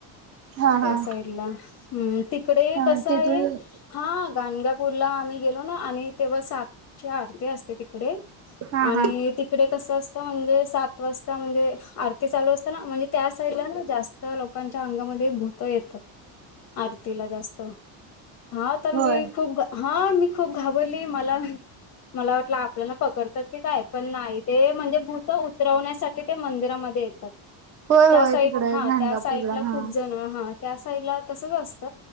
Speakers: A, on the right; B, on the left.
A: हा
B: त्या
A: हा
B: साईड ला हम् तिकडे
A: हा
B: कस आहे.
A: तिथून
B: हा गणगापूरला आम्ही गेलो ना आणि तेव्हा सातचे अर्ध असते तिकडे <unintelligible>
A: हा
B: आणि
A: हा
B: ती तकडे कस असत म्हणजे सात वाजता म्हणजे आरती चालू असत ना म्हणजे त्या साईड ला ना जास्त लोक लोकांच्या अंगामध्ये भूत येत आरतीला जास्त. हा तर मी
A: होय
B: खूप हा मी खूप घाबरली मला मला वा आपल्याला पकडतात की काय पण नाही ते म्हणजे भूत उतरवण्यासाठी ते मंदिरामध्ये येत -
A: होय
B: त्या
A: होय
B: साईट
A: तिकड
B: हा
A: घाणगापूरला
B: त्या साईट ला
A: हा
B: खूप जण हा त्या साईडला तसच असत